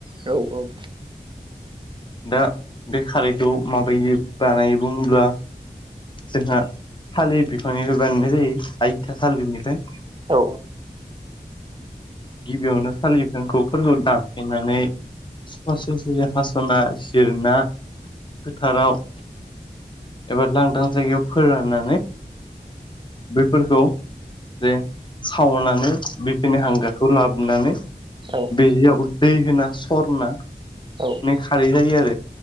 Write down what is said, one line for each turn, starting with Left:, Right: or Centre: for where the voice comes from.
Right: औ औ
Left: दा बे खारैखौ माबायदि बानायो बुङोब्ला जोंहा थालिर बिफांनिफ्राय बानायनाय जायो आइथा थालिरनिफ्राय।
Right: औ
Left: गिबियावनो थालिर बिफांफोरखौ दानफायनानै ससे ससेयै हास'ना जिरना फोथाराव एबा लांदां जायगायाव फोराननानै बैफोरखौ जे सावनानै बिफोरिनि हांगारखौ लाबोनानै
Right: औ
Left: बेयाव दैै होना सो सरनानै
Right: औ
Left: खारै जायो आरो।